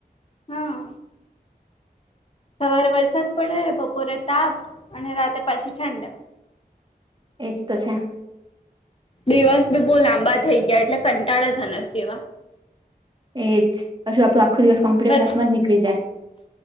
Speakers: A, on the left; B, on the right.
A: હા. સવાર વર્ષ. પડે બપોરે તાપ અને રાતે પાછી ઠંડ.
B: એજ તો છે.
A: દિવસ બી બહુ લાંબા થઈ ગયા એટલે કંટાળાજનક જેવા.
B: એજ હશું આપણું આખો દિવસ કોમ્પ્યુટર
A: પછી
B: ક્લાસમાં જ નીકળી જાય.